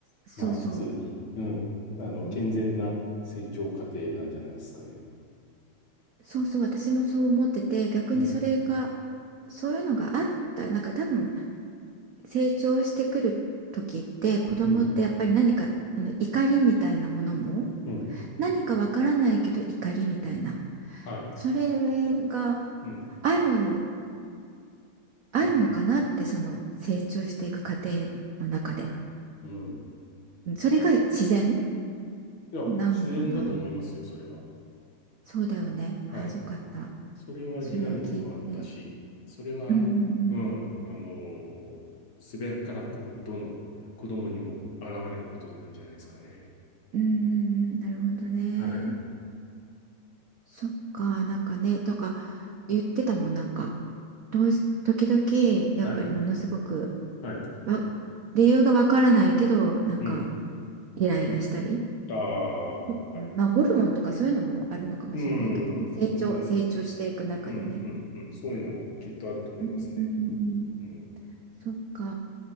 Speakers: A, on the right; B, on the left.
A: そうそう、
B: まあ、普通に、うん、あの、
A: うん
B: 健全な成長過程なんじゃないですかね。
A: そうそう、私もそう思ってて、逆にそれが、
B: うん、
A: そういうのがあった、なんか多分成長してくる時って子供ってやっぱり何かあの怒りみたいなものも
B: うん、うん。
A: 何かわからないけど怒りみたいな
B: はい。
A: それが
B: うん、
A: ある、あるのかなってその成長していく過程
B: うん、
A: の中で
B: うん。
A: うんそれが自然
B: いや、
A: なのかな。
B: 自然だと思いますよ、それは。
A: そうだよね。
B: はい。
A: ああ、よかった。
B: それは次男にもあったし、
A: それを聞いて。
B: それは、
A: うんうん
B: うん、あのーすべからく、どの子供にも現れることなんじゃないですかね。
A: うん。うんうんうん。なるほどね。
B: はい。
A: そっか、なんかね、とか言ってたもん、なんか、どうし、時々、
B: はい。
A: やっぱりものすごく、
B: はい。
A: わ、理由がわからないけど、なんか、
B: うん。
A: イライラしたり。
B: ああ、
A: うんまあ、
B: はい。
A: ホルモンとかそういうのもあるのかもしれないけどね。
B: うん、
A: 成長、
B: そういうの、
A: 成長していく中でね。
B: うん、うん、うん、そういうのもきっとあると思いますね。
A: うんうんうんうん。
B: うん、
A: そっか。